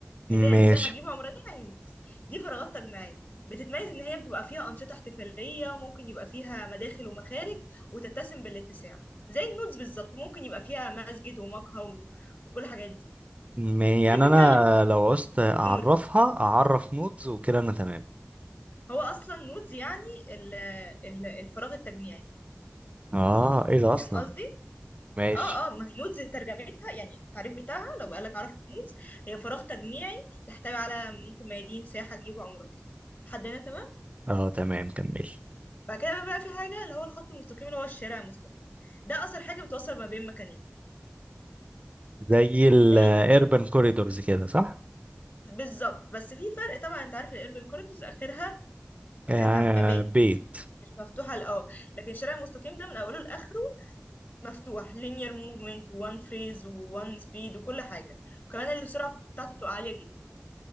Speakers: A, on the left (about 45°); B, on the right (about 30°).
A: ميدان
B: ماشي
A: ساحه جيوب عمرانيه يعني النودز دي فراغات تجميعيه بتتميز ان هي بتبقى فيها انشطه احتفاليه وممكن يبقى فيها مداخل ومخارج وتتسم بالاتساع زي النودز بالظبط ممكن يبقى فيها مسجد ومقهى و... وكل الحاجات دي
B: م- يعني
A: تيبيكال
B: انا لو عوزت اعرفها
A: نودز
B: اعرف نودز وكده انا تمام
A: هو اصلا نودز يعني ال... ال... الفراغ التجميعي
B: اه ايه ده اصلا
A: فاهم قصدي
B: ماشي
A: اه اه ما هي نودز ترجمتها يعني التعريف بتاعها لو قالك عرف نودز هي فراغ تجميعي يحتوي على ممكن ميادين سياحة جيوب عمرانية لحد هنا تمام
B: اه تمام كمل
A: بعد كده بقى في حاجة اللي هو الخط المستقيم اللي هو الشارع المستقيم ده أصلا حاجة بتوصل ما بين مكانين
B: زي الاربن
A: يعني
B: كوريدورز كده صح؟
A: بالظبط بس في فرق طبعا انت عارف الاربن كوريدورز اخرها اخرها
B: آه
A: مباني
B: بيت
A: مش مفتوحة لأه لكن الشارع المستقيم ده من أوله لآخره مفتوح linear movement وان فريز وان سبيد وكل حاجة وكمان السرعة بتاعته بتبقى عالية جدا